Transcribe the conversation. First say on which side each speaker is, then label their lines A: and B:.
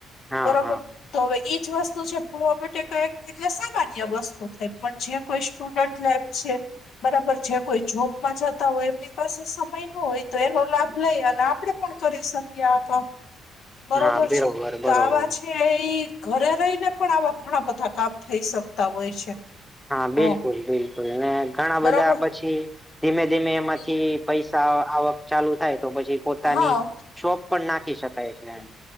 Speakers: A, in the centre; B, on the left.
A: હા
B: બરોબર
A: હા
B: તો હવે જ વસ્તુ છેવા કઈ એટલે સામાન્ય વસ્તુ થાય પણ જે કોઈ સ્ટુડન્ટ લાઈફ છે. બરાબર છે કોઈ જોબમાં જતા હોય એમ એ પાસે સમય ન હોય તો એનો લાભ લઈ અને આપડે પણ કરી શકીએ આ કામ. બરોબર
A: હા
B: છે તો
A: બરોબર
B: આ વા છે. કે એ ઘરે રહીને પણ આવા ઘણા બધા કામ થઈ શકતા હોય છે.
A: હા
B: હ
A: બિલકુલ બિલકુલ અને ઘણા
B: બરાબર
A: બધા પછી ધીમે ધીમે એમાંથી
B: હમ,
A: પૈસા આવક ચાલુ થાય તો પછી પોતાની
B: હા
A: શોપ પણ નાખી શકાય છે એમ.